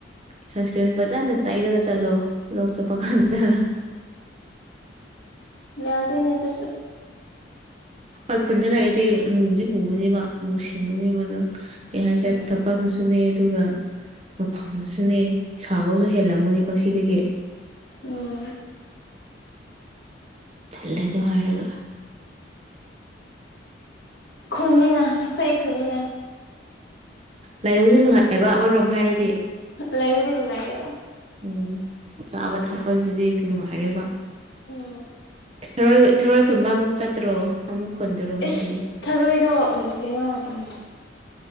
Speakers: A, on the right; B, on the left.
A: ꯁꯟ ꯁꯀ꯭ꯔꯤꯟ ꯐꯖꯅ ꯇꯩꯔꯒ ꯆꯠꯂꯣ ꯂꯧ ꯆꯠꯄ ꯀꯥꯟꯗ
B: ꯌꯥꯗꯦꯅꯦ ꯑꯗꯨꯁꯨ
A: ꯍꯣꯏ ꯈꯨꯟꯗ ꯂꯩꯑꯗꯤ ꯃꯨꯗꯤ ꯃꯨꯕꯅꯦꯕ ꯃꯨ ꯁꯤꯟꯕꯅꯦꯕ ꯅꯪ ꯀꯩ ꯍꯥꯏꯁꯤꯔꯥ
B: ꯎꯝ
A: ꯊꯕꯛꯅꯁꯨ ꯅꯤ ꯑꯗꯨꯒ ꯃꯐꯝꯁꯤꯅꯦ ꯁꯥꯕꯁꯨ ꯍꯦꯜꯂꯝꯒꯅꯤ ꯃꯁꯤꯗꯒꯤ
B: ꯑꯣ
A: ꯇꯜꯂꯦ ꯑꯗꯨ ꯍꯥꯏꯔꯒ
B: ꯈꯨꯟꯅꯤꯅ ꯑꯩꯈꯣꯏ ꯈꯨꯟꯅꯤꯅ
A: ꯂꯥꯏꯕꯁꯨ ꯅꯨꯡꯉꯥꯏꯕ ꯑꯃꯔꯣꯝ ꯍꯥꯏꯔꯗꯤ
B: ꯂꯩꯕꯤꯗꯤ ꯅꯨꯡꯉꯥꯏꯌꯦꯕ
A: ꯎꯝ ꯆꯥꯕ ꯊꯛꯄꯁꯤꯗꯤ ꯅꯨꯡꯉꯥꯏꯔꯦꯕ
B: ꯑꯣꯝ
A: ꯊꯔꯣꯏ ꯊꯔꯣꯏ ꯈꯨꯟꯕ ꯑꯃꯨꯛ ꯆꯠꯇꯔꯣ ꯑꯃꯨꯛ ꯈꯨꯨꯟꯗ꯭ꯔꯣ ꯉꯁꯤ
B: ꯏꯁ ꯊꯔꯣꯏꯗꯣ ꯎꯝ ꯀꯩꯅꯣ ꯎꯝ